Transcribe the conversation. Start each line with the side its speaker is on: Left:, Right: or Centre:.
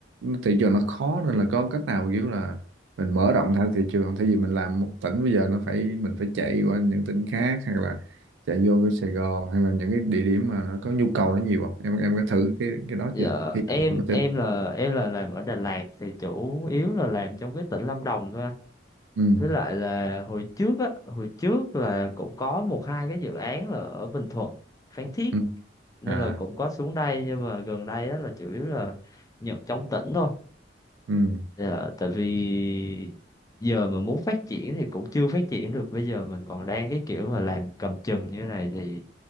Right: thị trường nó khó nên là có cách nào kiểu là mình mở rộng theo thị trường không? thay vì mình làm một tỉnh bây giờ nó phải mình phải chạy qua những tỉnh khác hoặc là chạy vô cái Sài Gòn hay là những cái địa điểm mà nó có nhu cầu nó nhiều không em em có thử cái cái đó
Left: Dạ,
Right: chưa Hy
Left: em
Right: vọng em tin.
Left: em là em là làm ở Đà Lạt thì chủ yếu là làm trong cái tỉnh Lâm Đồng thôi. anh.
Right: ừ.
Left: Với lại là hồi trước á, hồi trước là cũng có một hai cái dự án là ở Bình Thuận, Phan Thiết
Right: ừ.
Left: nên
Right: à
Left: là cũng có xuống đây nhưng mà gần đây á là chủ yếu là nhận trong tỉnh thôi.
Right: ừ.
Left: Dạ, tại vì giờ mà muốn phát triển thì cũng chưa phát triển được. Bây giờ mình còn đang cái kiểu mà làm cầm chừng như thế này thì